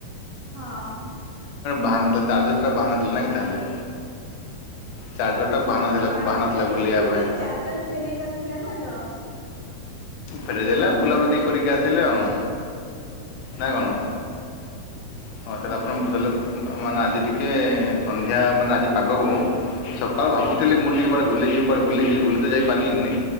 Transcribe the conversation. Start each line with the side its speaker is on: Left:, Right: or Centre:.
Right: ହଁ।
Left: ବାହାନା ଥିଲା ଚାର୍ଜର୍ ଟା ବାହାନା ଥିଲା ନାଁ କି ତାହେଲେ? ଚାର୍ଜରଟା ବାହାନା
Right: ନା
Left: ଥିଲା
Right: ବାହାନା
Left: ଥିଲା
Right: ନାଇଁ
Left: ବୁଲିବା
Right: ଏମିତିରେ
Left: ପାଇଁ
Right: ବି ଚାର୍ଜର ଫେରେଇବାର ଥିଲା ନା ତ।
Left: ଫେରେଇଦେଲେ
Right: ସେ ବି ମତେ
Left: ବୁଲାବୁଲି କରିକି ଆସିଲେ ଆଉ। ନା କଣ
Right: ହୁଁ
Left: ହଁ ତାହେଲେ
Right: ହୁଁ
Left: ଆପଣ ପୁରାଲେ ବା ମାନେ ଆଜି ଟିକେ ସନ୍ଧ୍ୟା ମାନେ ଆଜି ପାଗକୁ ସକାଳୁ ଭାବୁଥିଲି ମୁଁ ଟିକେ କୁଆଡ଼େ ବୁଲିଯିବି କୁଆଡ଼େ ବୁଲିଯିବି ବୁଲିତ ଯାଇପରିଲିନି